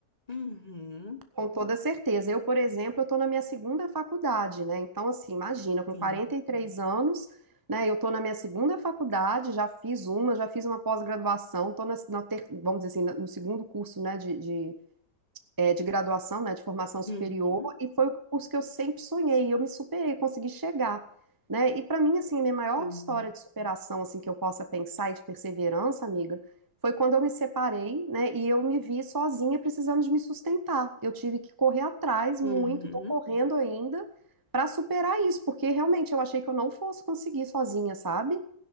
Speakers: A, on the left (about 30°); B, on the right (about 20°).
A: Uhum,
B: com toda certeza. Eu, por exemplo, eu estou na minha segunda faculdade, né? Então, assim, imagina, com
A: sim.
B: 43 anos, né? Eu estou na minha segunda faculdade, já fiz uma, já fiz uma pós-graduação, estou na, na ter- vamos dizer assim, na- no segundo curso, né, de, de é, de graduação, né, de formação superior,
A: Uhum,
B: e foi o curso que eu sempre sonhei, e eu me superei, consegui chegar, né? E para mim, assim, a minha maior
A: sim.
B: história de superação, assim, que eu possa pensar e de perseverança, amiga, foi quando eu me separei, né, e eu me vi sozinha precisando de me sustentar. Eu tive que correr atrás
A: Uhum.
B: muito, tô correndo ainda para superar isso, porque realmente eu achei que eu não fosse conseguir sozinha, sabe?